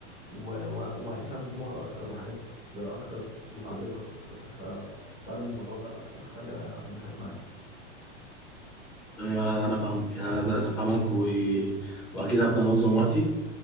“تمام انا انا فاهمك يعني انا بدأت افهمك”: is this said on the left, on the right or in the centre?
Centre